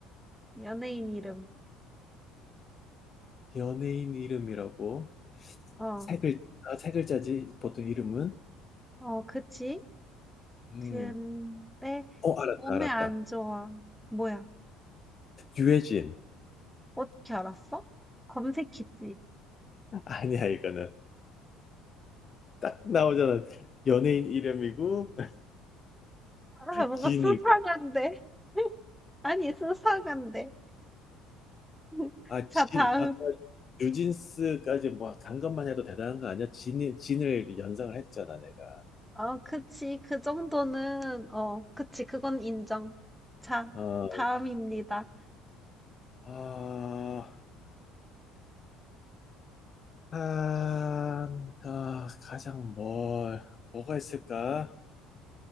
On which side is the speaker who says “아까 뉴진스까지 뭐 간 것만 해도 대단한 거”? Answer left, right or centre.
Left